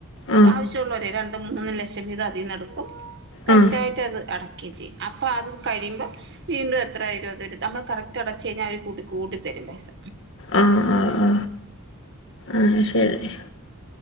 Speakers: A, on the left; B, on the right.
A: ആ
B: ആവശ്യമുള്ളവരെ രണ്ട് മൂന്ന് ലക്ഷം <inaudible> ഇത് അതിന്ന് എടുക്കും കറക്റ്റായിട്ട്
A: ആ ആ
B: അത് അടക്കുകയും ചെയ്യും അപ്പോ അത് കഴിയുമ്പോൾ വീണ്ടും എത്രയായിട്ട് അവർ തരും നമ്മൾ കറക്റ്റ് അടച്ച കഴിഞ്ഞാൽ അവർ കൂട്ടി കൂട്ടിത്തരും പൈസ
A: ആഹ് ആ ആ ആഹ് ശരി